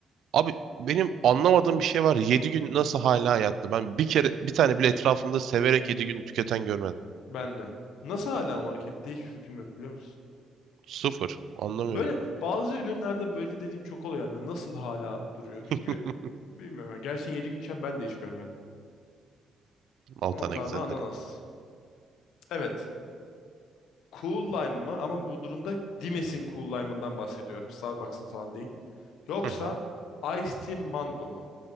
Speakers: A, on the right; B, on the left.
A: Abi benim anlamadığım bir şey var. 7 gün nasıl hala hayatta? Ben bir kere bir tane bile etrafımda severek yedi gün tüketen görmedim.
B: Ben de. Nasıl hala markette? Hiçbir fikrim yok biliyor musun?
A: Sıfır. Anlamıyorum.
B: Böyle bazı ürünlerde böyle dediğim çok oluyor. Yani nasıl hala duruyor? Çünkü
A: <laughs>
B: bilmiyorum. yani Gerçekten 7 gün içinde ben de hiç görmedim.
A: Al
B: Maltana
A: tane güzeldir.
B: ananas. Evet. Cool lime mı? Ama bu durumda Dimes'in cool lime'ından bahsediyorum. Starbucks'ın falan değil. Yoksa
A: ya. Hı hı.
B: ice Tea Mango mu?